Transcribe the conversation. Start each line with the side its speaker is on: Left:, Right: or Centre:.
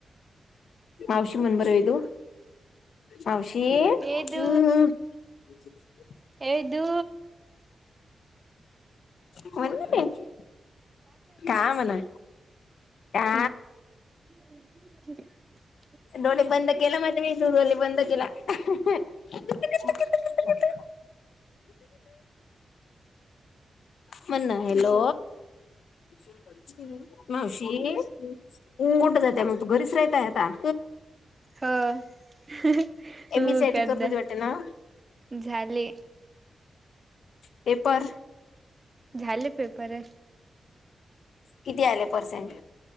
Left: मावशी म्हण बरं वेदू मावशी हम्
Right: ए दू
Left: हम्‌. <unintelligible>
Right: ये वेधू,
Left: म्हणा की का म्हणा? का,
Right: <unintelligible>
Left: दोन्ही बंद केला म त्याने दोन्ही बंद केला. <unintelligible> म्हणणा हॅलो? <inaudible> मावशी उठ जाते मग तू घरीच राहताय आता.
Right: हो हो तू
Left: एम ई साठी
Right: करदा
Left: करत होती वाटते ना
Right: झाले.
Left: पेपर,
Right: झाले पेपर.
Left: किती आले पर्सेंट?